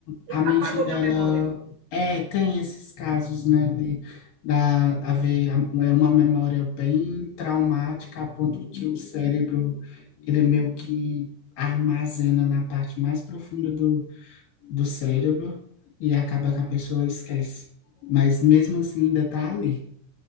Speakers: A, on the left; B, on the right.
A: a mente
B: apagou
A: dela
B: da memória.
A: é, tem esses casos, né, de da, haver a- é uma memória bem traumática, a ponto que o cérebro, ele meio que armazena na parte mais profunda do, do cérebro e acaba que a pessoa esquece. Mas mesmo assim ainda tá ali.